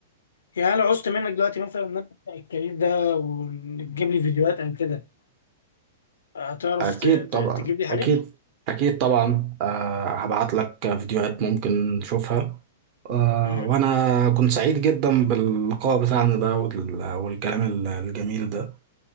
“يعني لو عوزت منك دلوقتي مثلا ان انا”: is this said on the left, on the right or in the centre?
Left